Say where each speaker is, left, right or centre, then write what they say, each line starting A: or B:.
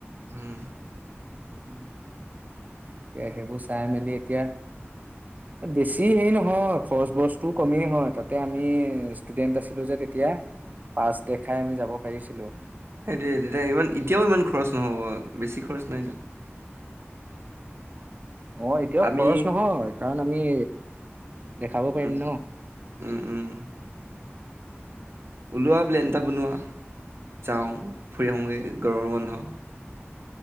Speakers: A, on the right (about 65°); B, on the right (about 40°).
A: উম
B: <unintelligible> এ সেইবোৰ চাই মেলি এতিয়া, বেছি হেৰি নহয় খৰচ-বৰচ টো কমেই হয় তাতে আমি ষ্টুডেন্ট আছিলো যে তেতিয়া। পাচ দেখাই আমি যাব আহিছিলো।
A: সেইটোৱে তেতিয়া ইমান, এতিয়াও ইমান খৰচ নহ'ব বেছি খৰচ নাই না
B: অ' এতিয়াও
A: আমি
B: খৰচ নহয়। কাৰণ আমি দেখাব পাৰিম
A: উম,
B: ন অ
A: উম উম। ওলোৱা প্লেন এটা বনোৱা, যাওঁ, ফুৰি আহোগে গৰমৰ বন্ধ।